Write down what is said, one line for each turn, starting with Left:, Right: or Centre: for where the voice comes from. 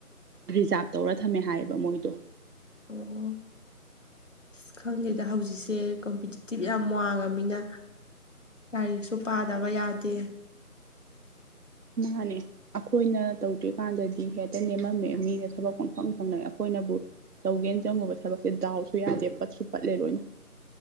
Right: ꯔꯤꯖꯥꯕ ꯇꯧꯔ ꯊꯝꯃꯦ ꯍꯥꯏꯌꯦꯕ ꯃꯣꯏꯗꯣ <inaudible>
Left: ꯑꯣ ꯑꯁ ꯈꯪꯗꯦꯗ ꯍꯧꯖꯤꯛꯁꯦ ꯀꯝꯄꯤꯇꯤꯇꯤꯚ ꯌꯥꯝ ꯋꯥꯡꯉꯃꯤꯅ ꯂꯥꯏꯔꯤꯛꯁꯨ ꯄꯥꯗꯕ ꯌꯥꯗꯦ
Right: ꯃꯥꯟꯅꯦ ꯑꯩꯈꯣꯏꯅ ꯇꯧꯗ꯭ꯔꯤꯀꯥꯟꯗꯗꯤ ꯍꯦꯛꯇ ꯅꯦꯝꯃꯝꯃꯦ ꯃꯤꯅ ꯊꯕꯛ ꯄꯪꯐꯝ ꯐꯪꯅ ꯑꯩꯈꯣꯏꯅꯕꯨ ꯇꯧꯒꯦꯅ ꯆꯪꯉꯨꯕ ꯊꯕꯛꯁꯦ ꯗꯥꯎꯁꯨ ꯌꯥꯗꯦ ꯄꯠꯁꯨ ꯄꯠꯂꯦ ꯂꯣꯏꯅ